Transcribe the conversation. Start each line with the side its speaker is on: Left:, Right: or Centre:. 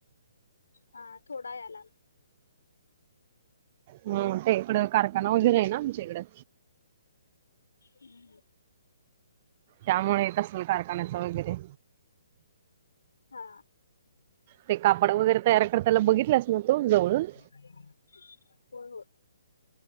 Left: हा थोडा या ला.
Right: हम ते इकडं कारखाना वगैरे आहे ना आमच्या इकडें.
Left: हम्म
Right: त्यामुळे येत असेल कारखान्याच वगैरे.
Left: हा
Right: ते कापड वगैरे तयार करते ला बघितलंस ना तू जवळून?
Left: हो हो